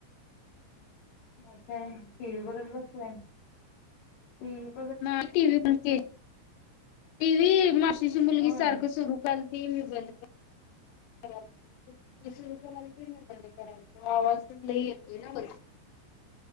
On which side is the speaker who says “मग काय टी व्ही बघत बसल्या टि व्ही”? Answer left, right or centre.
Left